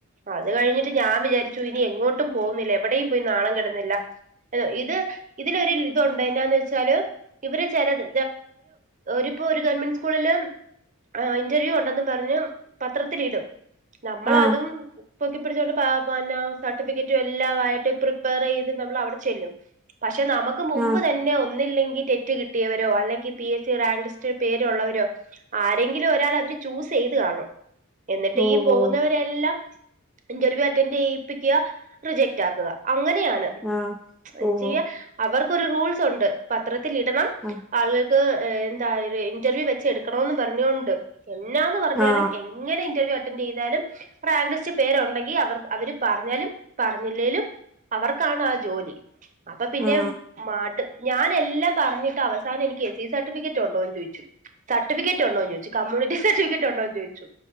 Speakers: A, on the right; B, in the centre.
A: അത് കഴിഞ്ഞിട്ട് ഞാൻ വിചാരിച്ചു ഇനി എങ്ങോട്ടും പോകുന്നില്ല എവിടെയും പോയി നാണംകിടുന്നില്ല ഇത് ഇതിലൊരു ഇതുണ്ട് എന്താന്ന് വെച്ചാല് ഇവര് ചിലത് ഒരുരിപ്പോ ഒരു ഗവൺമെന്റ് സ്കൂളില് ആഹ് ഇന്റർവ്യൂ ഉണ്ടെന്ന് പറഞ്ഞ് പത്രത്തി ഇടും നമ്മളതും
B: ആ
A: പൊക്കി പിടിച്ചോണ്ട് പിന്ന സർട്ടിഫിക്കറ്റും എല്ലാം ആയിട്ട് പ്രിപിയർ ചെയത് നമ്മെൾ അവിടെ ചെല്ലും പക്ഷെ നമുക്ക് മുമ്പ്
B: ആ
A: തന്നെ ഒന്നല്ലെങ്കി കിട്ടിയവരോ അല്ലെങ്കിൽ പി എസ് സി റാക് ലിസ്റ്റിൽ പേരുള്ളവരോ ആരെങ്കിലും ഒരാൾ അവര് ചൂസ് ചെയ്ത് കാണും എന്നിട്ട്
B: ഓഹോ
A: ഈ പോകുന്നവരെല്ലാം ഇന്റർവ്യൂ അറ്റൻഡ് ചെയ്യിപ്പിക്കുക റിജക്ട് ആക്കുക അങ്ങനെയാണ്
B: ആ
A: <unintelligible>
B: ഓഹോ
A: ചെയ്യ അവർക്കൊരു റൂൾസ് ഉണ്ട് പത്രത്തിൽ ഇടണം
B: ആ
A: ആളുകൾക്ക് എന്താ ഇന്റർവ്യൂ വെച്ച് എടുക്കണന്ന് പറഞ്ഞൊണ്ട് എന്നാന്ന് പറഞ്ഞാലും
B: ആ
A: എങ്ങനെ ഇന്റർവ്യൂ അറ്റന്റ് ചെയ്താലും റാങ്ക് ലിസ്റ്റ് പേരുണ്ടെങ്കിൽ അവർ അവര് പറഞ്ഞാലും പറഞ്ഞില്ലേലും അവർക്കാണ് ആ ജോലി അപ്പൊ പിന്നെ
B: ആ
A: മ ഞാന എല്ലാം പറഞ്ഞിട്ട് അവസാനം എനിക്ക് എസ് സി സർട്ടിഫിക്കറ്റ് ഉണ്ടോ എന്ന് ചോദിച്ചു സർട്ടിഫിക്കറ്റ് ഉണ്ടോന്ന് ചോദിച്ചു കമ്മ്യൂണിറ്റി സർട്ടിഫിക്കറ്റ് ഉണ്ടോന്ന് ചോദിച്ചു